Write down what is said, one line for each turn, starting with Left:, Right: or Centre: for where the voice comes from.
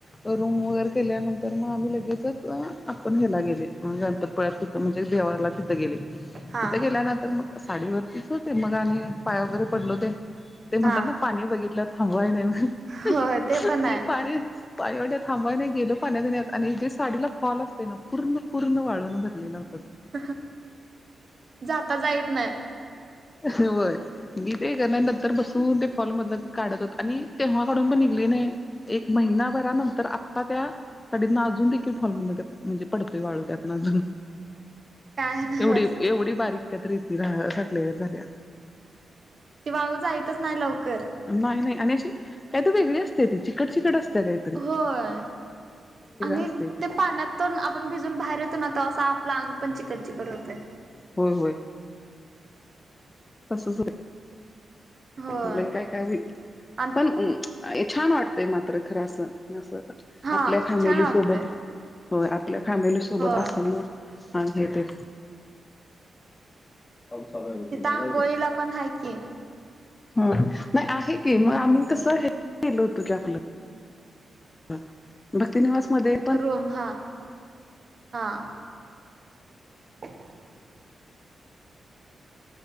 Left: रूंम वगैरें केल्यांनंतर मंग आम्हीं लगेचं आपणं एप्पल घ्यायला गेले नंतर परतं पल्यांसतीत म्हणजे जेवांयला तिथं गेले
Right: हा
Left: तिथं गेल्यानंतर मंग साडीवररतीचं होते मंग आणि पांय वगैरें पडलो ते ते म्हणतांत
Right: हा
Left: नां पाणी बघितलं थांबवांय नाहीं मं
Right: हो ते
Left: आणि
Right: पण आहे
Left: पाणी पायवड्यां थांबवायने गेलो पाण्यां देण्यांत आणि जे साडीलां फॉल असते नां पूर्ण पूर्ण वाळूंन भरलेलं होतं
Right: हं जातां जां येतं नाहीं
Left: व्हंय मी ते करणारं नंतर बसूंन ते फॉल मधलं काढंत होतं आणि तेंव्हा कांडून पणं निघली नाहीं एक महिन्यांभरानंतर आतां त्यां साडितूं अजूंन देखील फॉलमंध्येध म्हणजे पडतोय वाळूं त्यातं अजूंन
Right: काय नवच
Left: एवढी एवढी बारीक त्यांतरेती सगल्यां झाल्यां
Right: ती वाळूं जायंतचं नाहीं लवकरं
Left: नाहीं नाहीं आणि अशी कांहीं तरं वेगळी असतें ती चिकट चिकट असतें कांहीं
Right: होयं आणि
Left: असते ते
Right: त्यां पाण्यांत तरं आपणं भिजूंन बाहेर येतो नां तवां असं आपलं आंग पणं चिकट चिकट होतं
Left: होयं होयं तसंच होतें ते
Right: होय
Left: लंय कायं कायं
Right: आणि
Left: पणं छान वाटतंय मात्र खरं असं
Right: हा
Left: आपल्यां फॅमिलीसोबतं
Right: छान वाटतय
Left: होयं आपल्यां फॅमिलीसोबतं
Right: होय
Left: असतं नां हा ह ते <unintelligible> अ लांय
Right: तिथं
Left: झालेयं
Right: आंघोळीला
Left: घ <unintelligible>
Right: पण हाय की
Left: हो नाहीं आहे की मंग आम्हीं तसं हे केेलो होतो की आपलं हां भक्तीनिवांस मध्यें
Right: रूंम हां हां <unintelligible>